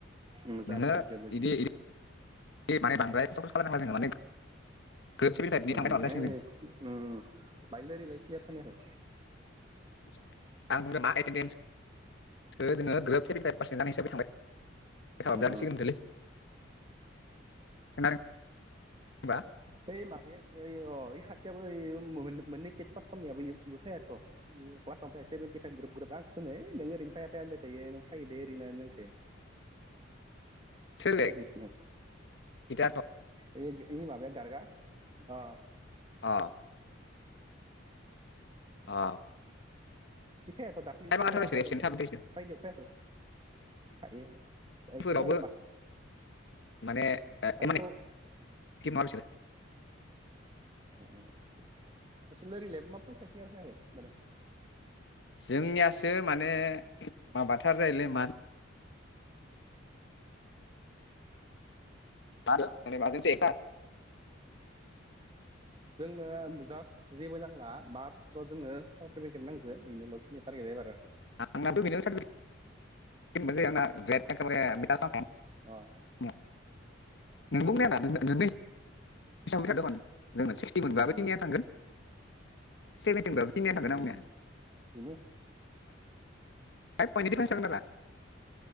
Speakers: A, on the right (about 25°); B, on the left (about 60°).
A: मोजां
B: नोङो
A: बुजिदो बुजिदो।
B: इदि <unintelligible> जोङो माने ग्रोब सेभेन्टि फाइभनि
A: उम
B: थांबाय थाबा जासिगोन
A: ए
B: जों
A: उम बाय लोरिलाय क्लियार खोनायाखै।
B: <unintelligible> जोङो ग्रोब सेभेन्टि फाइभ पारसेन्ट जानाय
A: ओम ओम
B: हिसाबै थांबाय। <unintelligible> होनबा।
A: ओइ माबाया ओइ अ ओइ खासेयाबो ओइ मोन मोननै थेथ फास खामनायाबो इयाव इयाव फायाथ' क्लासाव फाय सेभेेनटि फाइभ ग्रोब ग्रोब आंखोसो ओनो ओइ नोङो ओरैनो फाया फाया होनबाय थायो नों फायो दे ओरै ओनो नोंखो।
B: सोरलै
A: ओरैनो
B: गिटारथ'
A: ओय ओय माबया। <unintelligible>
B: अ अ।
A: एफाययाथ' दाख्लैबो
B: खायफाथ'
A: माबाफारि
B: इसोर एबसेन्ट थाबाय थायो इसोर
A: फ्राइडेयाव फैखै थायो
B: एक्टिभिटिफोरावबो
A: बिसोरो आरो मास
B: माने ओ
A: आयथ'
B: इमान
A: उम।
B: एक्टिभ नङा बिसोरो
A: अ अ <unintelligible>
B: जोंनियासो माने माबाथार जायोलै माल ओ <unintelligible>
A: जोंनो जास्ट जेबो नांला माथ्र' जोंनो सार्टिफिकेट नांगौ बेनोल' जोंनि टारगेट आएबारो
B: <unintelligible>
A: अ अ
B: <unintelligible> जोंना सिक्सटि मोनब्लाबो
A: उम
B: जोंनिया थांगोन। सेभेन्टि मोनबाबो
A: उम
B: तिनियानो
A: उम
B: थांगोन
A: उम
B: आं बुंनाया
A: इनो।
B: <unintelligible>